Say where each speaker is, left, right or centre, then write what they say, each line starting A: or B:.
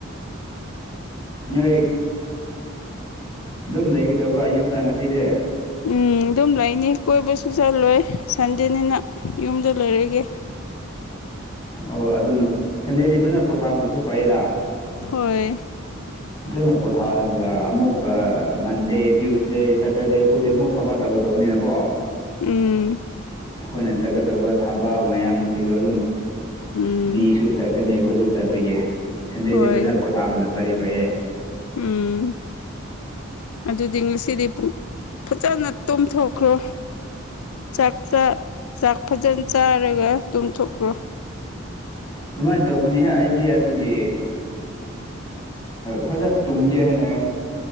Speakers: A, on the left; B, on the left.
A: ꯅꯣꯏ ꯑꯗꯨꯝ ꯂꯩꯒꯗꯧꯕ꯭ꯔꯥ ꯌꯨꯝꯗ ꯉꯁꯤꯗꯤ
B: ꯎꯝ ꯑꯗꯨꯝ ꯂꯩꯅꯤ ꯀꯣꯏꯕꯁꯨ ꯆꯠꯂꯣꯏ ꯁꯟꯗꯦꯅꯤꯅ ꯌꯨꯝꯗ ꯂꯩꯣꯏꯔꯒꯦ
A: ꯑꯣ ꯑꯗꯨꯅ ꯁꯟꯗꯦꯗꯤ ꯐꯖꯅ ꯄꯣꯊꯥꯕꯅꯁꯨ ꯐꯩꯌꯦꯗ
B: ꯍꯣꯏ
A: ꯑꯗꯨꯣꯏꯅꯣ ꯄꯣꯊꯥꯔꯒ ꯑꯃꯨꯛ ꯃꯟꯗꯦ ꯇ꯭ꯌꯨꯁꯗꯦ ꯁꯦꯇꯔꯗꯦ ꯐꯨꯗꯦ ꯑꯃꯨꯛ ꯊꯥ ꯇꯧꯒꯗꯧꯅꯤꯅꯀꯣ
B: ꯎꯝ
A: ꯑꯩꯈꯣꯏꯅ ꯆꯠꯀ ꯇꯧꯕ ꯊꯕꯥꯛ ꯃꯌꯥꯝꯁꯤꯗꯣ ꯑꯗꯨꯝ
B: ꯎꯝ
A: ꯃꯤꯁꯨ ꯆꯠꯀꯅꯤ ꯑꯩꯈꯣꯏꯁꯨ ꯆꯠꯄꯤꯒꯤ ꯁꯦꯟꯗꯦꯗꯤ
B: ꯍꯣꯏ
A: ꯐꯖꯅ ꯄꯣꯊꯥꯕꯅ ꯐꯔꯤ ꯐꯩꯌꯦ
B: ꯎꯝ ꯑꯗꯨꯗꯤ ꯉꯁꯤꯗꯤ ꯄꯨꯡ ꯐꯖꯅ ꯇꯣꯝꯊꯣꯛꯈ꯭ꯔꯣ ꯆꯥꯛ ꯆꯥꯛ ꯐꯖꯅ ꯆꯥꯔꯒ ꯇꯨꯝꯊꯣꯛꯈ꯭ꯔꯣ
A: ꯑꯗꯨꯃꯥꯏꯅ ꯇꯧꯕꯅꯤꯍ ꯑꯩꯗꯤ ꯑꯗꯨꯒꯤ ꯐꯖ ꯇꯨꯝꯒꯦ ꯍꯥꯏꯅ